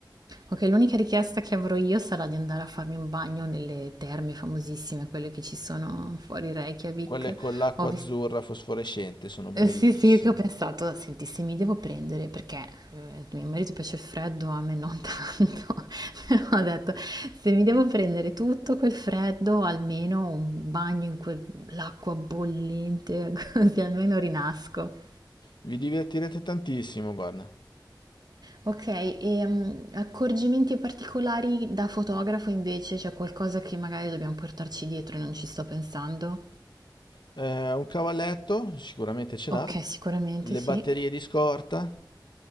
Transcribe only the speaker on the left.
Quelle con l'acqua
azzurra fosforescente sono bellissime.
Vi divertirete tantissimo, guarda.
Eh, un cavalletto, sicuramente ce
l'ha.
Le
batterie di scorta.